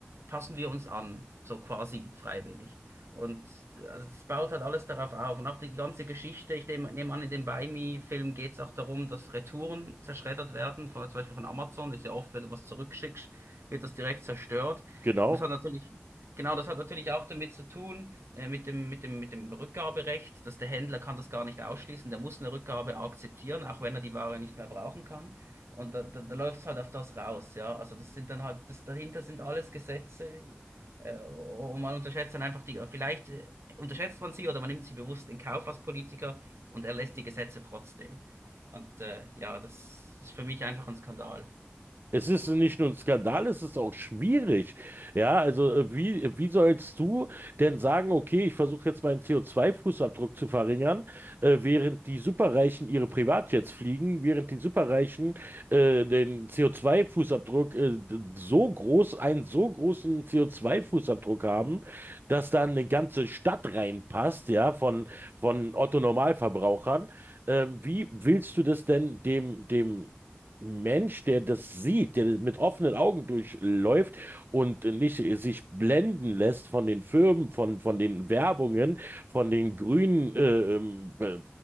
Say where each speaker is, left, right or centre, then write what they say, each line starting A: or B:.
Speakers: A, on the right (about 90°); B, on the right (about 55°).
A: passen wir uns an, so quasi freiwillig. Und also es baut halt alles darauf auf. Und auch die ganze Geschichte, ich nehme nehme an, in dem Buy Me-Film geht es auch darum, dass Retouren zerschreddert werden, von, zum Beispiel von Amazon. Ist ja oft, wenn du was zurückschickst, wird das direkt zerstört.
B: Genau.
A: Und das hat natürlich, genau, das hat natürlich auch damit zu tun, äh, mit dem, mit dem, mit dem Rückgaberecht, dass der Händler kann das gar nicht ausschließen. Der muss eine Rückgabe akzeptieren, auch wenn er die Ware nicht mehr brauchen kann. Und da, da, da läuft es halt auf das raus, ja. Also das sind dann halt, das dahinter sind alles Gesetze, äh, Und man unterschätzt dann einfach die, vielleicht äh, unterschätzt man sie oder man nimmt sie bewusst in Kauf als Politiker und erlässt die Gesetze trotzdem. Und äh, ja, das ist für mich einfach ein Skandal.
B: Es ist nicht nur ein Skandal, es ist auch schwierig. Ja, also äh, wie, wie sollst du denn sagen, okay, ich versuche jetzt meinen co zwei fußabdruck zu verringern, äh, während die Superreichen ihre Privatjets fliegen, während die Superreichen äh, den co zwei fußabdruck äh, d- so groß, einen so großen co zwei fußabdruck haben, dass da eine ganze Stadt reinpasst, ja, von, von Otto-Normalverbrauchern. Ähm, wie willst du das denn dem, dem Mensch, der das sieht, der mit offenen Augen durchläuft und nicht sich blenden lässt von den Firmen, von, von den Werbungen, von den grünen äh, ähm, äh,